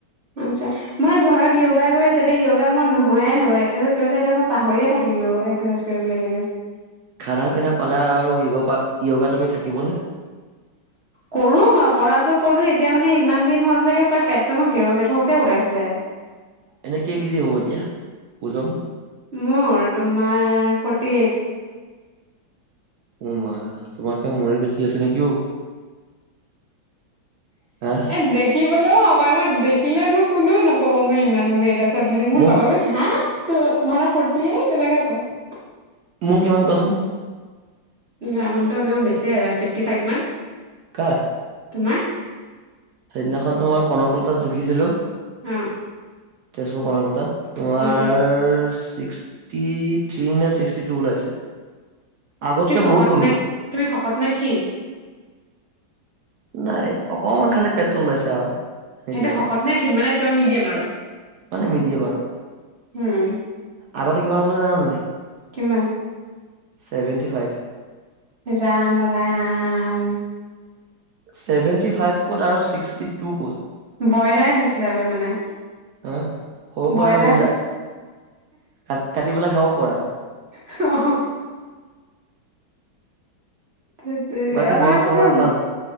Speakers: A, on the right; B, on the right.
A: আচ্ছ। মই ঘৰত য়োগা কৰি আছো, এতিয়া য়োগা মই ঘৰত য়োগা কৰি আছোতো য়োগা মোৰ মই ঘৰত য়োগা কৰি আছে ত' য়োগা মই নোহোৱাইে হৈ গ'ল। এক্সাৰচাইজ কৰা পিছত এতিয়া মই পাহৰিয়ে থাকিলোঁ। এক্সাৰঢাইজ <unintelligible>
B: খানা পিনা পালা আৰু য়োগা য়োগা তুমি থাকিবনে?
A: কৰোঁ মই কৰাটো কৰো, এতিয়া মানে ইমান দিন হল যে পায় পেটটো মোৰ গেৰ গেথকে ওলাইছে।
B: এনেই কেই কেজি হ'ব এতিয়া, ওজন?
A: মোৰ তোমাৰ ফৰ্টি এইট।
B: উম' মা তোমাতকে মোৰে বেছি আছে নেকি অ? হা
A: এ দেখিবলৈ <unintelligible> মই দেখিলে মোক কোনেওঁ নকব মই ইমান ওৱেইট আছো। বুলি মোৰ
B: মোক
A: লগৰ বুলি হা তোমহাৰা ফৰ্তি এইট বুলি তেনেকে কয়।
B: মোৰ কিমান কছোন?
A: ল'ৰা মানুহটো এনেওঁ বেছি ফিফটি ফাইভমান।
B: কাৰ?
A: তোমাৰ।
B: সেইদিনাখনত তোমাক কনকলতাত জুখিছিলোঁ।
A: হম।
B: তেজপুৰ কণকলতাত তোমাৰ
A: উম
B: ছিক্স। ছিক্স থ্ৰ্ৰী নে ছিক্সটি টু ওলাইছে। আগতকে
A: তুমি শকত
B: বহুত কমিলো।
A: নে? তুমি শকত নে ক্ষীণ?
B: নাই অকমান খালি পেটটো ওলাইছো আৰু। সেইটোয়ে
A: সেইটো শকত
B: আৰু
A: নে খিন মানে <unintelligible> মিদিয়াম আৰু-,
B: মানে মিডিয়াম আৰু
A: হম।
B: আগতে কিমান আছিলোঁ জানানে নাই?
A: কিমান?
B: Seventy five.
A: যাম ৰাম।
B: ছেভেণ্টি ফাইভ ক'ত আৰু ছিক্সটি টু ক'ত।
A: ব্ৰইলায় হৈছিলেগৈ মানে।
B: হা সৰু সুৰা
A: ব্ৰইলায়।
B: এটা ব্ৰইলাৰ কাট, কাটি পেলাই খাব পৰা।
A: হহ। ধেটতেৰি,
B: বাকী
A: আমাৰ
B: ঘৰত
A: এফালে
B: চবৰে
A: কেতিয়া আহিবি,
B: ভাল